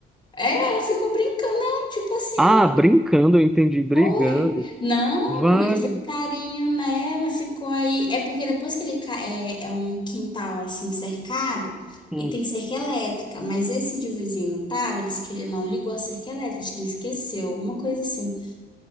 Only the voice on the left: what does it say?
É, ela ficou brincando, não, tipo assim.
Foi? Não,
ele fez carinho nela, ficou aí. É porque depois que ele ca- é, é um quintal assim cercado
e tem cerca elétrica, mas esse de vizinho não tava, ele disse que ele não ligou a cerca elétrica, acho que ele esqueceu, alguma coisa assim.